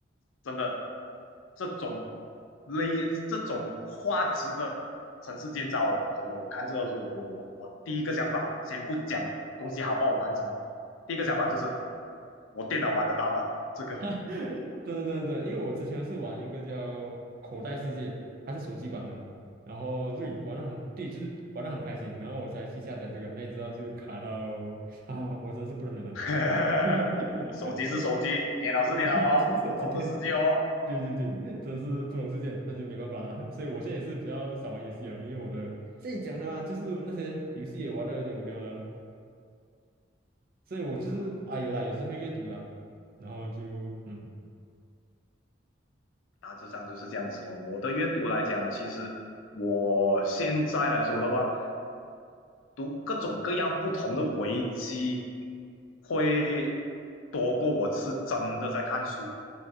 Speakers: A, on the left (about 85°); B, on the right (about 45°).
A: 真的这种类这种画质的城市建造哦，真的，我看这个时候，我我我第一个想法，先不讲东西好不好玩什么，第一个想法就是我电脑玩得到吗？这个。<laughs>
B: <laughs> 对对对对，因为我之前是玩一个叫《口袋世界》，它是手机版的，然后对玩的很，对，就是玩的很开心，然后我才去下载这个，那你知道就卡到啊，我真是不能忍了。
A: <laughs>
B: <laughs>
A: 手机是手机，电脑是电脑哦，
B: 我是手机店
A: 不同的世界哦。
B: 对对对，真是不同世界，那就没办法了。<laughs> 所以我现在也是比较少玩游戏啊，因为我的现在讲的啊，就是那些游戏也玩的有点无聊了，所以我就是啊有啦，
A: 嗯
B: 也是会阅读的啊然后就嗯，
A: 大致上就是这样子了。我的阅读来讲，其实我现在来说的话，读各种各样不同的维基，会多过我是真的在看书。